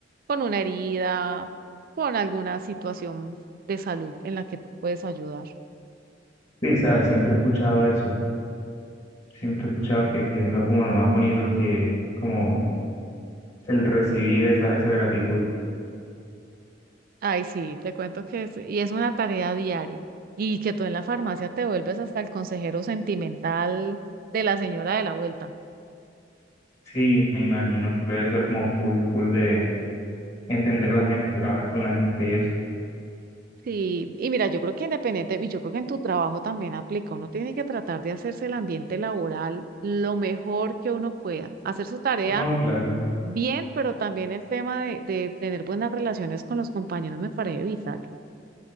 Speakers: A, on the right; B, on the left.
A: con una herida, con alguna situación de salud en la que tú puedes ayudar.
B: Sí, sabes, siempre he escuchado eso, siempre he escuchado que, que es lo, como lo más bonito que como el recibir esa, esa gratitud.
A: Ay, sí, te cuento que es, y es una tarea diaria. Y que tú en la farmacia te vuelves hasta el consejero sentimental de la señora de la vuelta.
B: Sí, me imagino, debe ser como full, full de entender la gente, trabajar con la gente y eso.
A: Sí, y mira, yo creo que independiente, y yo creo que en tu trabajo también aplica, uno tiene que tratar de hacerse el ambiente laboral lo mejor que uno pueda, hacer su tarea
B: No, claro,
A: bien, pero también el tema de, de tener buenas relaciones con los compañeros me parece vital.